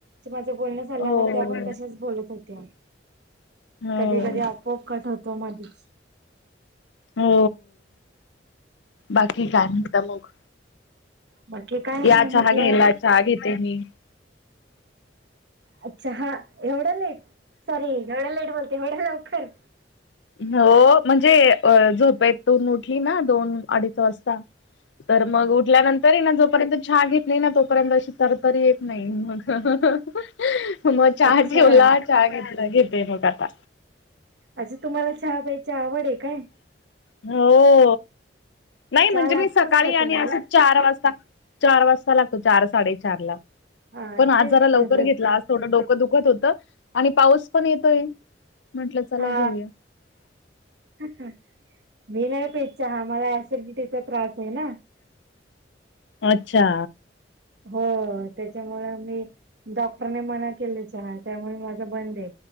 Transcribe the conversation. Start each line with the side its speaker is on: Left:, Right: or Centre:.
Right: माझं बोलणं झालं
Left: हो.
Right: ना ते आपण तशच बोलत होते
Left: हो
Right: कधी कधी आपोआप कटवतो मधच
Left: हो बाकी काय नता मग
Right: बाकी काय नाही
Left: या चहा
Right: म्हटलं
Left: घ्यायला चहा घेते मी
Right: अच्छा हा एवढं लेट सॉरी एवढं लेट बोलते एवढं लवकर
Left: हो म्हणजे अ झोप येत तून उठली ना दोन अडीच वाजता तर मग उठल्यानंतर ना जोपर्यंत छहा घेत नाही ना तोपर्यंत अशी तरतरी येत नाही मग मग चहा
Right: अच्छा
Left: ठेवला ग घेते मु काता
Right: अजे तुम्हाला चहा प्यायची आवड आहे काय
Left: हो नाही म्हणजे
Right: चहा लागतोच
Left: मी सकाळी
Right: का तुम्हाला?
Left: आणि असे चार वाजता चार वाजता लागतो चार साडेचार ला
Right: हा
Left: पण आजारा
Right: तेच
Left: लवकर
Right: दिवसातून
Left: घेतला आज थोडं डोकं दुखत होतं आणि पाऊस पण येतोय म्हंटलं चला
Right: हा
Left: घेऊया
Right: मी नाही पेचाहा मला सिडिटीचा त्रास आहे ना
Left: अच्छा
Right: हो त्याच्यामुळे मी डॉक्टरने मना केली चहा त्यामुळे माझं बंद आहे